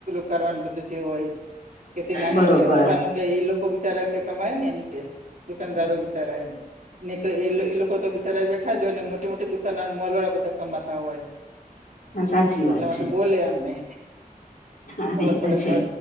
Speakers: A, on the right; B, on the left.
A: કરવાનું બધું જે હોય. કે નાની
B: બરોબર
A: નાની દુકાનો કે એ લોકો વિચારે કે કમાયને એમ કે દુકાનદારો. <unintelligible> ની એ લોકો તો <unintelligible> બેઠા જ હો ને મોટી મોટી દુકાનો મોલ વાળા બધા કમાતા હોય.
B: હા સાચી
A: એટલા
B: વાત
A: માટે
B: છે
A: બોલે અમને
B: હા
A: ખબર
B: એ
A: પડે
B: છે
A: તો.